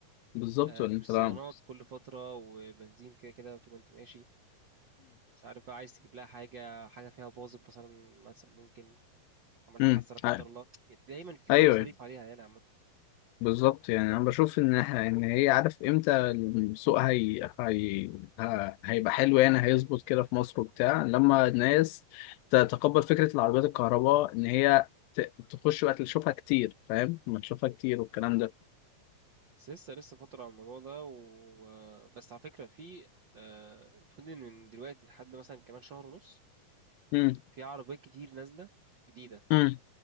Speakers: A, on the left; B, on the right.
A: بالظبط
B: آه،
A: ولا انت
B: صيانات
A: لا
B: كل فتره وبنزين كده كده طول ما انت ماشي مش عارف بقى عايز تجيب لها حاجه حاجه فيها باظت مثلا مثلا ممكن عملت
A: امم
B: حادثه لا قدر الله دايما في
A: ايوه
B: مصاريف عليها يعني
A: بالظبط يعني انا بشوف ان إح- ان هي عارف امتى السوق هي... هي... ه- هيبقى حلو يعني هيظبط كده في مصر وبتاع لما الناس تتقبل فكره العربيات الكهرباء ان هي ت... تخش وقت تشوفها كتير فاهم ما تشوفها كتير والكلام ده
B: بس لسه لسه فترة على الموضوع ده و... و- بس على فكرة في آه، المفروض إن من دلوقتي لحد مثلا كمان شهر ونص
A: امم
B: في عربيات كتير نازلة جديدة
A: امم